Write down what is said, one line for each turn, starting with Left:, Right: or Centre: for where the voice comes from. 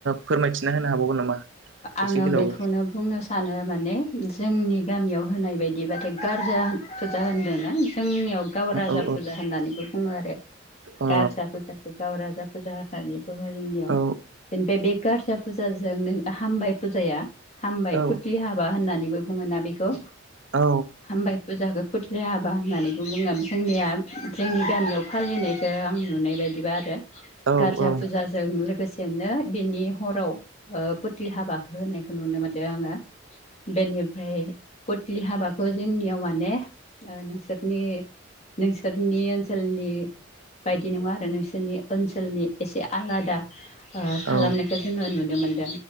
Right: फोरमायथिना होनो हाबावगोन नामा? एसे
Left: आङो
Right: गोलावै
Left: बेखौनो बुंनो सानो माने जोंनि गामियाव होनाय बायदिबाथाय गारजा फुजा होनदों ना जोंनियाव गाव राजा
Right: ओ
Left: फुजा होननानैबो बुङो आरो
Right: औ
Left: गारजा फुजाखौ गाव राजा फुजा खाथारानिबो जोंनियाव
Right: अ औ
Left: बेनिफ्राय बे गारजा फुजाजों हामबाय फुजाया हामबाय
Right: औ
Left: फुथलि हाबा होननानैबो बुङोना बेखौ
Right: औ
Left: हामबाय फुजाखौ फुथलि हा बा होननानै बुङो जोंनिया जोंनि गामियाव फालिनायखौ आं नुनाय बायदिबा आरो
Right: औ अ औ
Left: गारजा फुजाजों लोगोसेनो बेनि हराव ओ फुथलि हाबाखौ होनायखौ नुनो मोनदों आङो बेनिफ्राय फुथलि हाबा खौ जोंनियाव माने नोंसोरनि नोंसोरनि ओनसोलनि बायदि नङा आरो नोंसोरनि ओनसोलनि एसे आलादा खालामनायखौ
Right: औ
Left: जोङो नुनो मोनदों।